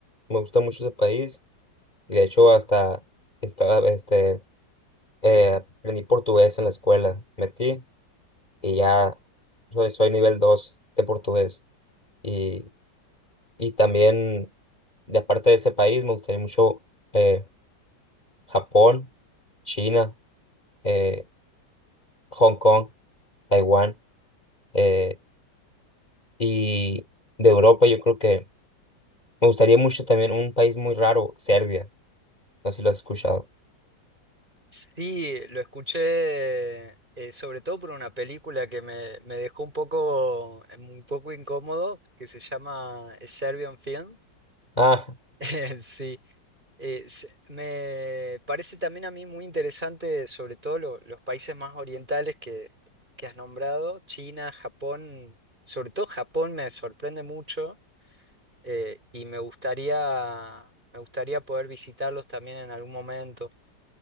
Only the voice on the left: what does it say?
me gusta mucho ese país y de hecho hasta estaba, este, eh, aprendí portugués en la escuela, metí y ya soy, soy nivel 2 de portugués y, y también de aparte de ese país me gustaría mucho eh, Japón, China, eh, Hong Kong, Taiwán, eh, y de Europa yo creo que me gustaría mucho también un país muy raro, Serbia, no sé si lo has escuchado.
Ah,